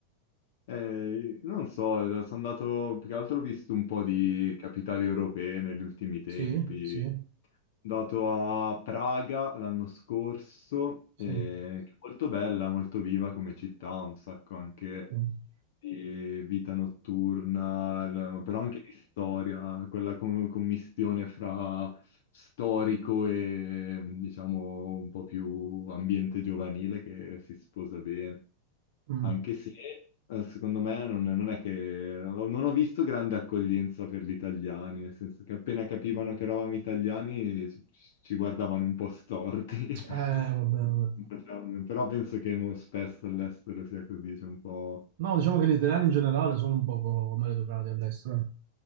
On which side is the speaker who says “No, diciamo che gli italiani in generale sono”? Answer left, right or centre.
Right